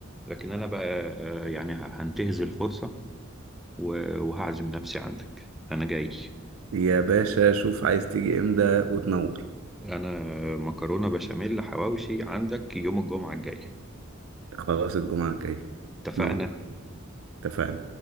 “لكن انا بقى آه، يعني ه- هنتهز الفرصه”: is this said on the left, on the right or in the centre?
Centre